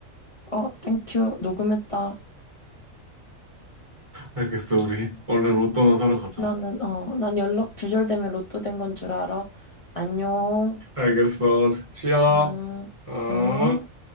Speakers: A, on the left; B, on the right.
A: 어, 땡큐. 녹음했다.
B: 알겠어, 우리. 얼른 로또나 사러 가자.
A: 나는, 어, 난 연락 두절되면 로또 된 건 줄 알아. 안녕.
B: 알겠어. 쉬어.
A: 음,
B: 어.
A: 음.